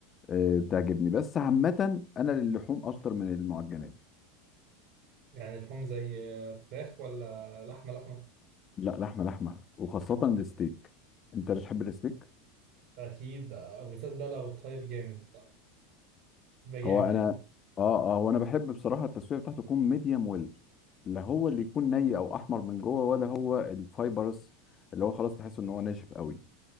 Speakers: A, on the left; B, on the right.
A: آه بتعجبني بس عامه انا للحوم اكتر من المعجنات
B: يعني اللحوم زي فراخ ولا لحمه لحمه
A: لا لحمه لحمه وخاصه الستيك انت بتحب الستيك
B: اكيد آه، وبالذات بقى لو طيب جامد بقى بقى جامد
A: هو انا اه اه وانا بحب بصراحه التسويه بتاعته تكون ميديم ويل لا هو اللي يكون ني او احمر من جوه ولا هو الفايبرس اللي هو خلاص تحس ان هو ناشف قوي